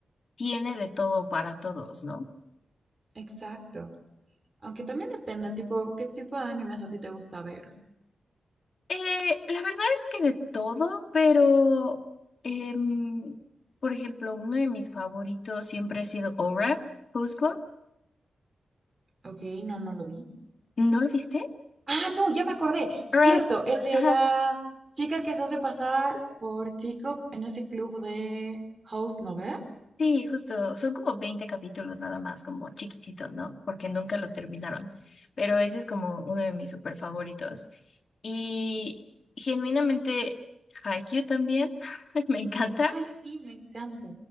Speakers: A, on the left; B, on the right.
A: tiene de todo para todos, ¿no?
B: Exacto. Aunque también depende, tipo, qué tipo de animes a ti te gusta ver.
A: Eh, la verdad es que de todo, pero em, por ejemplo, uno de mis favoritos siempre ha sido Oran, Cusco.
B: Ok, no, no lo vi.
A: ¿No lo viste?
B: Ah, no, ya me acordé. Cierto,
A: Oran,
B: el de
A: ajá,
B: la chica que se hace pasar por chico en ese club de House, ¿no ve?
A: sí, justo, son como 20 capítulos nada más, como chiquitito, ¿no? Porque nunca lo terminaron, pero ese es como uno de mis super favoritos. Y genuinamente Haikyuu también, <laughs> me encanta.
B: Ay, sí, me encanta.